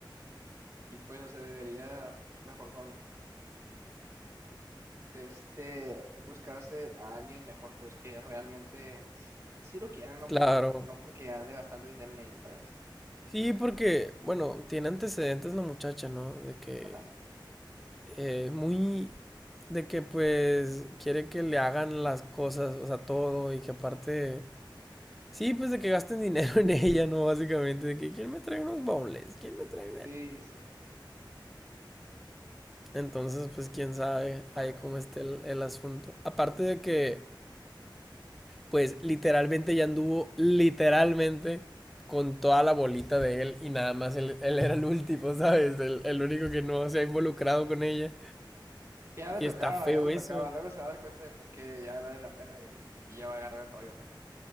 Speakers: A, on the right; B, in the centre.
A: Y pues, o sea, debería mejor con... de este buscarse a alguien mejor, pues que realmente sí lo quieran, no
B: Claro.
A: por, no porque ande gastando dinero en ello, ¿sabes?
B: Sí, porque, bueno, tiene antecedentes la muchacha, ¿no? De que
A: Ajá.
B: eh, muy de que pues quiere que le hagan las cosas, o sea, todo y que aparte, sí, pues de que gasten dinero <laughs> en ella, ¿no? Básicamente, de que quién me trae unos bowls, quién me trae...
A: Sí, sí,
B: Entonces, pues quién sabe
A: vaya.
B: ahí cómo esté el, el asunto. Aparte de que, pues literalmente ya anduvo, literalmente, con toda la bolita de él y nada más él, él era el último, ¿sabes? El, el único que no se ha involucrado con ella.
A: Ya le
B: Y
A: tocaba,
B: está feo
A: ya lo
B: eso.
A: tocaba. Luego se va a dar cuenta de por qué ya la de la pela y, y ya va a agarrar el rollo, ¿no?